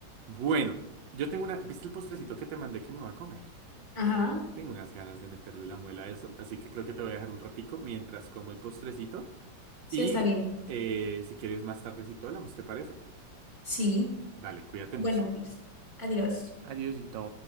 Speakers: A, on the right (about 75°); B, on the left (about 40°).
A: Bueno, yo tengo una. ¿Viste el postrecito que te mandé que me va a comer?
B: Ajá,
A: Tengo unas ganas de meterle la muela a eso, así que creo que te voy a dejar un ratico mientras como el postrecito.
B: sí
A: Y
B: está bien.
A: eh, si quieres más tardecito hablamos, ¿te parece?
B: Sí,
A: Dale, cuídate
B: bueno,
A: mucho.
B: pues, adiós.
A: Adiósito.